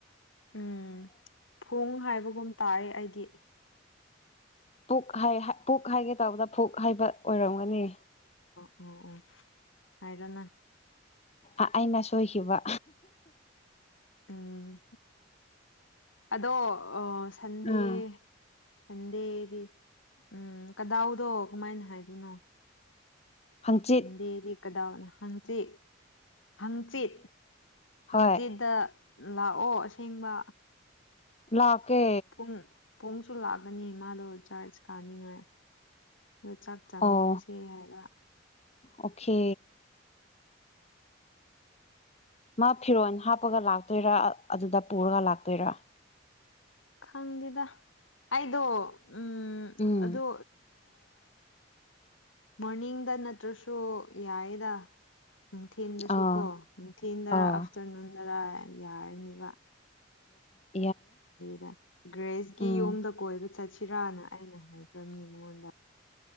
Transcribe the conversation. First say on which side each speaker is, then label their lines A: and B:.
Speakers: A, on the left; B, on the left.
A: ꯎꯝ ꯐꯣꯡ ꯍꯥꯏꯕꯒꯨꯝ ꯇꯥꯏ ꯑꯩꯗꯤ
B: ꯄꯨꯛ ꯄꯨꯛ ꯍꯥꯏꯒꯦ ꯇꯧꯕꯗ ꯄꯨꯛ ꯍꯥꯏꯕ ꯑꯣꯏꯔꯝꯒꯅꯤ
A: ꯑꯣꯝ ꯑꯣꯝ ꯍꯥꯏꯔꯅ
B: ꯑꯩꯅ ꯁꯣꯏꯈꯤꯕ
A: ꯎꯝ ꯑꯗꯣ ꯑ ꯁꯟꯗꯦ
B: ꯎꯝ
A: ꯁꯟꯗꯦꯗꯤ ꯎꯝ ꯀꯗꯥꯎꯗꯣ ꯀꯃꯥꯏꯅ ꯍꯥꯏꯗꯣꯏꯅꯣ
B: ꯍꯪꯆꯤꯠ
A: ꯅꯟꯗꯦꯔꯤ ꯀꯗꯥꯥꯎꯅ ꯍꯪꯁꯦ ꯍꯪꯆꯤꯠ ꯍꯪꯆꯤꯠꯗ
B: ꯍꯣꯏ
A: ꯂꯥꯛꯑꯣ ꯑꯁꯦꯡꯕ
B: ꯂꯥꯛꯀꯦ
A: ꯄꯨꯡ ꯄꯨꯡꯁꯨ ꯂꯥꯛꯀꯅꯤ ꯃꯥꯗꯣ ꯆꯥꯔꯖ ꯀꯥꯅꯤꯡꯉꯥꯏ ꯑꯣ ꯆꯥꯛ ꯆꯥꯃꯤꯟꯅꯁꯦ
B: ꯑꯣ
A: ꯍꯥꯏꯔ
B: ꯑꯣꯀꯦ ꯃꯥ ꯐꯤꯔꯣꯟꯜ ꯍꯥꯞꯄꯒ ꯂꯥꯛꯇꯣꯏꯔꯥ ꯑꯗꯨꯗ ꯄꯨꯔꯒ ꯂꯥꯛꯇꯣꯏꯔ
A: ꯈꯪꯗꯦꯗ ꯑꯩꯗꯣ ꯎꯝ
B: ꯎꯝ
A: ꯑꯗꯣ ꯃꯣꯔꯅꯤꯡꯗ ꯅꯠꯇ꯭ꯔꯁꯨ ꯌꯥꯔꯗ ꯅꯨꯡꯊꯤꯟꯗꯁꯨ
B: ꯑꯥ
A: ꯀꯣ ꯅꯨꯡꯊꯤꯟꯗꯔꯥ
B: ꯑꯥ
A: ꯑꯥꯐꯇꯔꯅꯨꯟꯗꯔ ꯌꯥꯔꯅꯤꯕ
B: ꯏ
A: ꯗ ꯒ꯭ꯔꯦꯁꯀꯤ
B: ꯎꯝ
A: ꯌꯨꯝꯝꯗ ꯀꯣꯏꯕ ꯆꯠꯁꯤ ꯁꯤꯤꯔꯥꯅ ꯑꯩꯅ ꯍꯥꯏꯈ꯭ꯔꯝꯃꯤ ꯃꯉꯣꯟꯗ